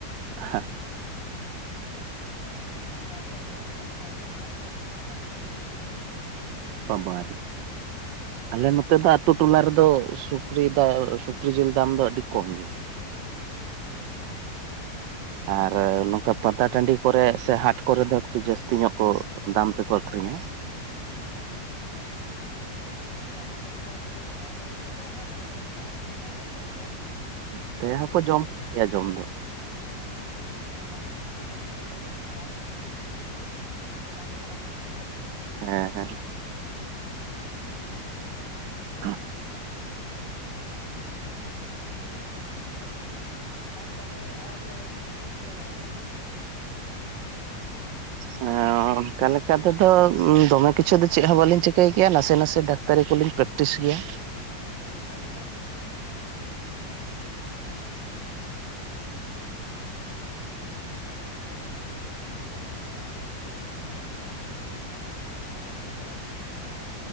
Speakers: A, on the right (about 85°); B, on the left (about 80°).
A: <inaudible>
B: ᱟᱨ ᱱᱚᱜᱼᱚ ᱱᱚᱝᱠᱟᱜᱮ ᱫᱟᱢ ᱦᱚᱸ ᱚᱱᱠᱟᱜᱮ ᱥᱟᱲᱮ ᱪᱟᱨᱥᱚ ᱴᱟᱠᱟ ᱯᱟᱸᱥᱥᱚ ᱴᱟᱠᱟ ᱠᱤᱡᱤ ᱪᱟᱞᱟᱜ ᱠᱟᱱᱟ ᱾
A: ᱵᱟᱵᱟᱨᱤ ᱟᱞᱮ ᱱᱚᱛᱮ ᱫᱚ ᱟᱹᱛᱩ ᱴᱚᱞᱟ ᱨᱮᱫᱚ ᱥᱩᱠᱨᱤ ᱫᱟ ᱥᱩᱠᱨᱤ ᱡᱤᱞ ᱫᱟᱢ ᱫᱚ ᱟᱹᱰᱤ ᱠᱚᱢ ᱜᱮᱭᱟ
B: ᱟᱪᱪᱷᱟ
A: ᱟᱨ ᱱᱚᱝᱠᱟ ᱯᱟᱛᱟ ᱴᱟᱺᱰᱤ ᱠᱚᱨᱮᱜ ᱥᱮ ᱦᱟᱴ ᱠᱚᱨᱮ ᱫᱚ ᱠᱟᱴᱤ ᱡᱟᱹᱥᱛᱤ ᱧᱚᱜ ᱠᱚ ᱫᱟᱢ ᱛᱮᱠᱚ ᱟᱠᱷᱨᱤᱧᱟ
B: ᱟ ᱫᱚ ᱜᱚᱝᱠᱮ ᱟᱞᱮ ᱥᱮᱱ ᱫᱚ ᱥᱩᱫᱩ ᱦᱚᱲᱢᱚᱛᱚ ᱛᱚ ᱵᱟᱝ ᱟᱫᱚ ᱮᱴᱟᱜ ᱟᱛᱩ ᱦᱚᱸᱠᱚ ᱡᱚᱢᱮᱫ ᱠᱚᱣᱟ <inaudible>
A: ᱱᱚᱛᱮ ᱦᱚᱸᱠᱚ
B: ᱦᱩᱸ
A: ᱡᱚᱢᱮᱫ ᱜᱮᱭᱟ ᱡᱚᱢ ᱫᱚ᱾
B: ᱦᱮᱸ ᱟᱫᱚ ᱚᱱᱟ ᱦᱚᱛᱮᱫ ᱛᱮ ᱜᱮ ᱯᱟᱪᱮᱫ ᱵᱟᱞᱮᱱ ᱫᱟᱢ ᱫᱚ ᱠᱟᱹᱴᱤᱡ ᱡᱟᱹᱥᱛᱤᱭᱮᱱ᱾ ᱡᱤᱞ ᱠᱚ ᱵᱟᱝ ᱧᱟᱯᱟᱢ ᱠᱟᱱᱟ ᱛᱚ᱾
A: ᱦᱮᱸ ᱦᱮᱸ ᱦᱩᱸ
B: ᱦᱮ ᱟᱨ ᱛᱟᱦᱚᱞᱮ ᱟᱨ ᱪᱮᱫ ᱠᱚᱵᱮᱱ ᱪᱤᱠᱟᱹ ᱵᱟᱲᱟᱭᱟ ᱮᱠᱷᱚᱱ ᱫᱚ?
A: ᱦᱮᱸᱻ ᱚᱱᱠᱟ ᱞᱮᱠᱟ ᱛᱮᱫᱚ ᱫᱚᱢᱮ ᱠᱤᱪᱷᱩ ᱫᱚ ᱪᱮᱫ ᱦᱚᱸ ᱵᱟᱹᱞᱤᱧ ᱪᱤᱠᱟᱹᱭ ᱜᱮᱭᱟ, ᱱᱟᱥᱮ ᱱᱟᱥᱮ ᱰᱟᱠᱛᱟᱨᱤ ᱠᱚᱞᱤᱧ ᱯᱨᱮᱠᱴᱤᱥ ᱜᱮᱭᱟ,
B: ᱚ ᱟᱪᱪᱷᱟ ᱟᱹᱰᱤ ᱱᱟᱯᱟᱭ ᱟᱹᱰᱤ ᱱᱟᱯᱟᱭ ᱮ <unintelligible> ᱦᱚᱲ ᱠᱚ ᱮᱸᱜ ᱫᱮᱵᱟ ᱥᱮᱵᱟᱭᱮᱫ ᱠᱚᱣᱟᱵᱮᱱ ᱚᱱᱟ ᱫᱚ ᱟᱹᱰᱤ ᱱᱟᱯᱟᱭ ᱠᱟᱛᱷᱟ ᱠᱟᱱᱟ, ᱟᱹᱰᱤ ᱜᱚᱨᱚᱵᱽ ᱨᱮᱱᱟᱜ ᱠᱟᱛᱷᱟ ᱠᱟᱱᱟ,